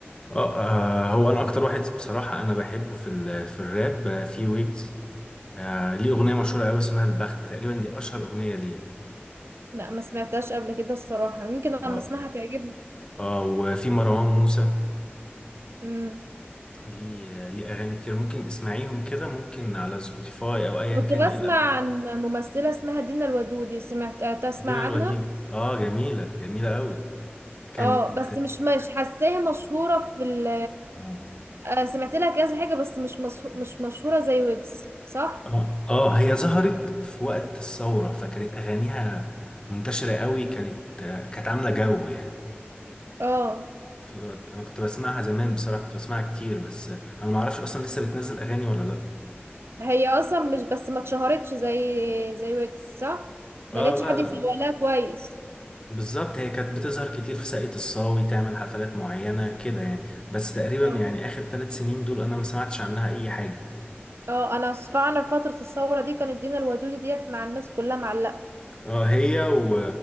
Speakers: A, on the left; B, on the right.
A: اه آه، هو انا اكتر واحد بصراحة انا بحبه في ال- في الراب آه، في ويجز آه ليه أغنية مشهورة أوي اسمها البخت تقريبا دي أشهر أغنية ليه
B: لا ما سمعتهاش قبل كده الصراحة يمكن لما
A: اه
B: اسمعها تعجبني
A: اه وفي مروان موسى
B: امم
A: ليه آه، ليه أغاني كتير ممكن تسمعيهم كده ممكن على سبوتيفاي أو أيا
B: كنت
A: كان
B: بسمع
A: إيه الأب
B: عن ممثلة اسمها دينا الودودي سمعت تسمع
A: دينا الوليد
B: عنها
A: اه جميلة جميلة أوي كانت
B: اه بس مش مش حاساها مشهورة في ال
A: اه
B: آه، سمعت لها كذا حاجة بس مش مصه... مش مشهورة زي ويجز صح؟
A: اه اه هي ظهرت في وقت الثورة فكانت أغانيها منتشرة أوي كانت آه كانت عاملة جو يعني
B: اه
A: في الوقت أنا كنت بسمعها زمان بصراحة كنت بسمعها كتير بس أنا معرفش أصلا لسه بتنزل أغاني ولا لأ
B: هي اصلا مش بس ما اتشهرتش زي زي ويجز صح؟
A: اه
B: ما لقيتش
A: لا
B: حد
A: لا
B: يسوق لها كويس
A: بالظبط هي كانت بتظهر كتير في ساقية الصاوي تعمل حفلات معينة كده يعني بس تقريبا
B: اه
A: يعني آخر ثلاث سنين دول أنا ما سمعتش عنها أي حاجة
B: اه انا فعلا فترة الثورة دي كانت دينا الودود ديت مع الناس كلها معلقة
A: اه هي و...